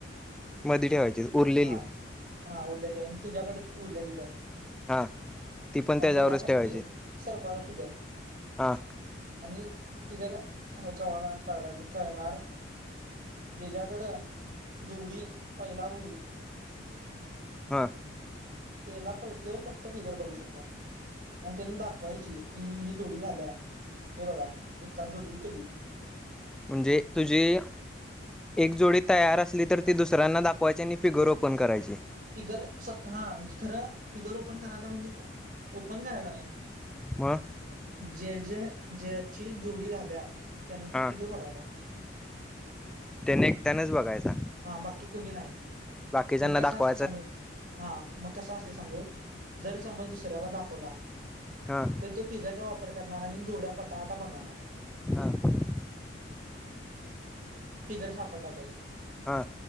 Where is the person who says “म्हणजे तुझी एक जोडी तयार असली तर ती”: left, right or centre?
Centre